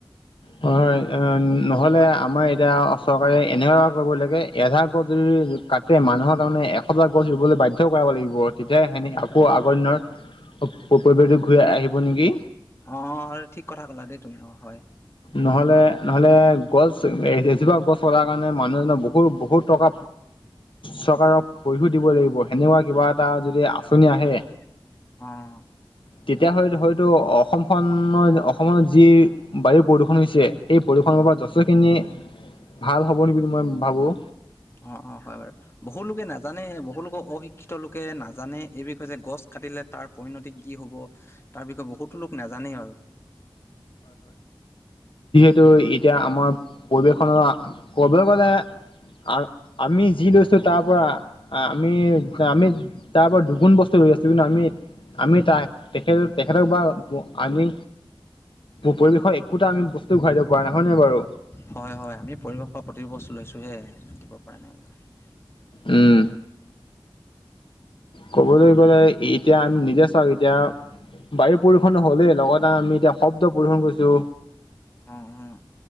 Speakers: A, on the left; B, on the left.
A: হয়, হয়, অ', নহলে আমাৰ এতিয়া চৰকাৰে এনে কৰিব লাগে, এঘাৰ। <unintelligible> কাতে মানুহৰ তাৰমানে এশডাল গছ ৰুবলৈ বাধ্য কৰাব লাগিব। তেতিয়া সে আকৌ আগৰ দিনৰ পৰিবটো ঘূৰি আহিব নেকি?
B: অ', ঠিক কথা ক'লা দেই তুমি। অ হয়।
A: ন'হলে ন'হলে গছ এজোপা গছ কতাৰ কাৰণে মানুহ এজনৰ বহুত বহুত টকা চৰকাৰক <unintelligible> স়ো দিব লাগিব। সেনেকুৱা কিবা এটা যদি আঁচনি আহে
B: অ', অ',
A: তেতিয়া হয় হয়তো অসমখনত অসমত যি বায়ু প্ৰদূষণ হৈছে সেই প্ৰদূষণৰ পৰা যথেখিনি ভাল হ'বনি বুলি মই ভাবোঁ
B: অ', অ', হয় বাৰু বহুুলোকে নাজানে বহুলোকৰ অশিক্ষিত লোকে নাজানে, এই বিষয় যে গছ কাটিলে তাৰ পৰিণতি কি হ'ব? তাৰ বিষয়ে বহুতো লোক নাজানেই বাৰু
A: কি <unintelligible> এতিয়া আমাৰ পৰিৱেশনৰ ক'ব গ'লে আ আমি যি লৈছো তাৰ পৰা আমি আমি তাৰ পৰা দুগুণ বস্তু <unintelligible> আছো কিন্তু আমি আমি তাক তেখ তেখেতক বা আমি পৰিৱেশৰ একোটা আমি <unintelligible> ঘূৰাই দিব পৰা নহয়নে বাৰু?
B: হয়, হয়, আমি পৰিৱেশৰ প্ৰতিটো বস্তু লৈছোঁহে, দিব পৰা নাই বাৰু।
A: উম, ক'বলৈ গ'লে, এতিয়া আমি নিজে চাওঁ এতিয়া বায়ু প্ৰদূষনো হ'লেই, লগতে আমি এতিয়া শব্দ প্ৰদূষন কৰিছো
B: অ', হয়।